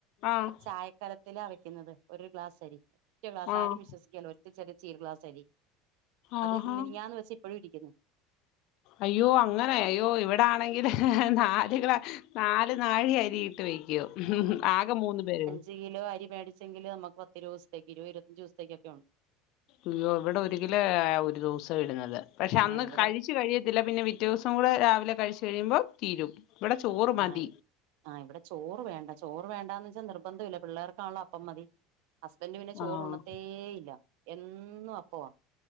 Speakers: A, on the left (about 50°); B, on the right (about 65°).
A: ആഹ്
B: ആ ചായക്കല ത്തിലാ വെക്കുന്നത് ഒരു ഗ്ലാസ് അരി ഒറ്റ ഗ്ലാസ്
A: ആഹ്
B: ആരും വിശ്വസിക്കേല്ല ഒറ്റ ചെറു സ്റ്റീൽ ഗ്ലാസ് അരി.
A: ആഹാ
B: അത് മിനിഞാന്ന് വെച്ച ഇപ്പഴും ഇരിക്കുന്നു.
A: അയ്യോ അങ്ങനെ അയ്യോ ഇവിടാണെങ്കില് നാ അതികള നാല് നാഴി അരിയിട്ട് വെക്കും ആക മൂന്നു പേരും.
B: ഒരു കിലോ അരി മേടി ച്ചെങ്കില് നമക്ക് പത്തിരുപതുസത്തേക്ക് ഇരുപത് ഇരുപത്തഞ്ചിസത്തേക്കക്കെ ഒ
A: അയ്യോ ഇവിടെ ഒരു കിലോയ ഒരു ദിവസം ഇടുന്നത് പക്ഷെ
B: ആ
A: അന്ന്
B: ഇവിടെ
A: കഴിച്ചു കഴിയ ല്ല പിന്നെ പിറ്റെസം കൂടെ രാവിലെ കഴിച്ചു കഴിയുമ്പോ തീരും ഇവിടെ ചോറ് മതി.
B: ആ ആഹ് ഇവിടെ ചോറ് വേണ്ട ചോറ് വേണ്ടാന്ന് വെച്ചാ നിർബന്ധല്ല പിള്ളേർക്കാണല് അപ്പം മതി. ഹസ്ബന്റ് പിന്നെ ചോറ്
A: ആഹ്
B: ഉണ്ണത്തേ ഇല്ല എന്നും അപ്പവാ.